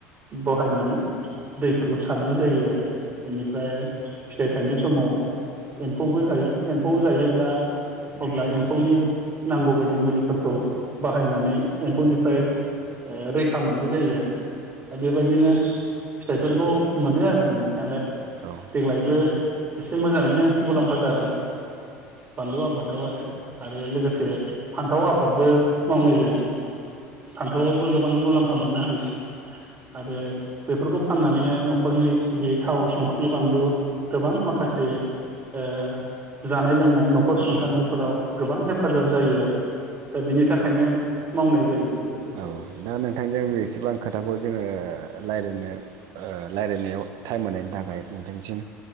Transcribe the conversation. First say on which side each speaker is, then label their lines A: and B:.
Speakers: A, on the right; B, on the right.
A: बहायनानै दैफोरखौ सारनाय जायो आरो। बेनिफ्राय फिथाइ थायनाय समाव एम्फौबो जायो एम्फौ जायोब्ला अब्ला एम्फौनि नांगौबायदि मुलि फोरखौ बाहायनानै एम्फौनि फ्राय ओ रैखा मोननाय जायो आरो। दा बेबायदिनो फिथाइफोरखौ मोनो आरो मोननायालाय। देग्लायबो
B: दा
A: एसे मोजाङैनो मुलाम्फा जादों। बान्लुआ आबादाव आरो आरो लोगोसे फान्थाव आबादबो मावनाय जायो। फान्थावआवबो गो बां मुलाम्फा मोननो हायो। आरो बेफोरखौ फाननानैनो न'ख खरनि जि थाव सं ख्रि बानलु गोबां माखासे ओ जानाय लोंनाय न'खर सुंथानाय फोराव गोबां हेफाजाब जायो आरो। दा बिनि थाखायनो मावनाय जायो। बेफोरखौ
B: औ दा नोंथांजों बेसेबां खोथाखौ जोङो लायरायनो ओ लायरायनायाव टाइम होनायनि थाखाय नोंथांनिसिम